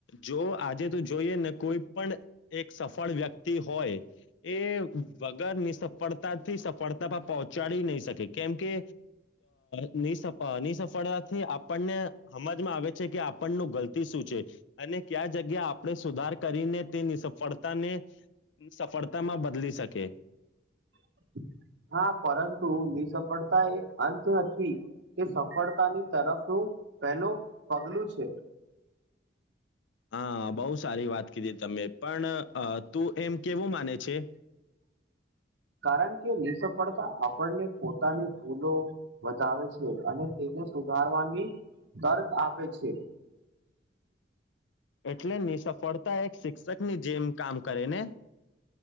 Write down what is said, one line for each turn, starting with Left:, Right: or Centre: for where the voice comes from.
Left: જો આજે, તો જોઈએ ને કોઈ પણ એક સફળ વ્યક્તિ હોય એ વગર નિ સફળતા થી સફળતા પર પહોંચાડી નહી, શકે કેમ કે નિ, નિ સફળતાથી આપણને સમજમાં આવે છે, કે આપણનું ગલત શું છે, અને ક્યા જગ્યા આપણે સુધાર કરીને તે. ની સફળતાને સફળતામાં બદલી શકે
Right: <inaudible> હા, પરતુ નિ સફળતા એ અંત નથી કે સફળતાની તરફનુ પહેલ પગલું છે.
Left: હા, બહુ સારી વાત કીધી તમે પણ તું એમ કેવું માને છે.
Right: <inaudible> કારણ કે નિ સફળતા આપણને પોતાની ભૂલો બતાાવે છે, અને તેનેધી ધારવાની તર્ક આપે છે.
Left: એટલે નિ સફળતા એક શિક્ષક ની જેમ કામ કરે ને